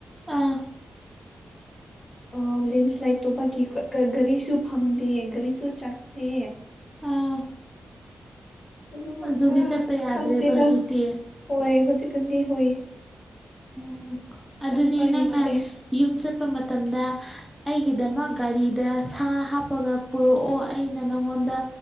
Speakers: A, in the centre; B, on the left (about 40°).
A: ꯑꯥ
B: <unintelligible> ꯂꯦꯟꯁ꯭ꯂꯥꯏꯗ ꯇꯧꯕꯒꯤ ꯒꯥꯔꯤꯁꯨ ꯐꯝꯗꯦ ꯒꯥꯔꯤꯁꯨ ꯆꯠꯇꯦ
A: ꯑꯥ
B: ꯑꯗꯨꯕꯨ
A: ꯑꯗꯨꯒꯤ
B: ꯈꯔ
A: ꯆꯠꯄ ꯌꯥꯗ꯭ꯔꯦꯕ
B: ꯈꯪꯗꯦꯗ
A: ꯍꯧꯖꯤꯛꯇꯤ
B: ꯍꯣꯏ ꯍꯧꯖꯤꯛꯀꯥꯟꯗꯤ ꯍꯣꯏ
A: ꯎꯝ ꯑꯗꯨꯗꯤꯅ
B: ꯆꯠꯄ ꯌꯥꯗꯦ
A: ꯌꯨꯝꯁꯠ ꯆꯠꯄ ꯃꯇꯝꯗ ꯑꯩꯒꯤꯗꯃꯛ ꯒꯥꯔꯤꯗ ꯁꯥ ꯍꯥꯞꯄꯒ ꯄꯨꯔꯛꯑꯣ ꯑꯩꯅ ꯅꯪꯉꯣꯟ ꯑꯩꯉꯣꯟꯗ